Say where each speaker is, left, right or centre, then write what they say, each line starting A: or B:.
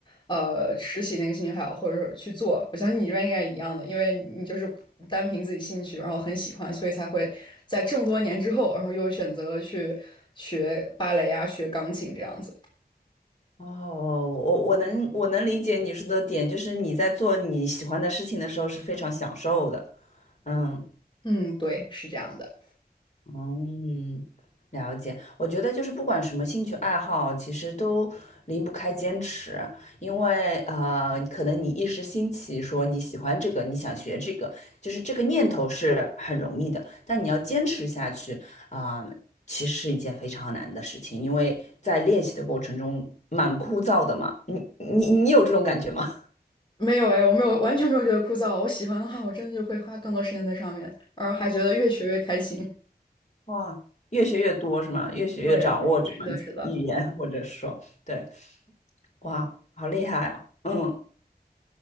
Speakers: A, on the left (about 30°); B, on the left (about 45°).
A: 呃，拾起那个兴趣爱好，或者是去做。我相信你这边应该也一样的，因为你就是单凭自己兴趣，然后很喜欢，所以才会在这么多年之后，然后又选择了去学芭蕾啊、学钢琴这样子。
B: 哦，我我能我能理解你说的点，就是你在做你喜欢的事情的时候是非常享受的，嗯。
A: 嗯，对，是这样的。
B: 嗯，了解。我觉得就是不管什么兴趣爱好，其实都离不开坚持，因为呃，可能你一时兴起说你喜欢这个，你想学这个，就是这个念头是很容易的，但你要坚持下去啊，其实是一件非常难的事情，因为在练习的过程中蛮枯燥的嘛。你你你有这种感觉吗？
A: 没有哎，我没有，完全没有觉得枯燥。我喜欢的话，我真的就会花更多时间在上面，然后还觉得越学越开心。
B: <laughs> 哇，越学越多是吗？越学越掌握这门语言，
A: <laughs> 对，是的，是的。
B: 或者说，对，哇，好厉害啊！嗯。